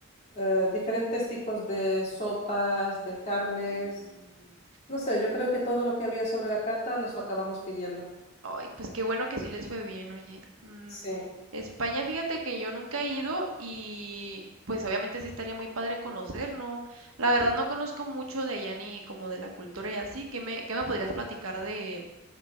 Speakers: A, on the left (about 30°); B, on the right (about 75°).
A: eh, diferentes tipos de sopas, de carnes.
B: Mm,
A: No sé, yo creo que todo lo que había sobre la carta nos lo acabamos pidiendo.
B: ay, pues qué bueno que sí les fue bien, oye. Mm,
A: Sí.
B: España, fíjate que yo nunca he ido y pues obviamente sí estaría muy padre conocer, ¿no? La verdad no conozco mucho de allá ni como de la cultura y así. ¿Qué me, qué me podrías platicar de,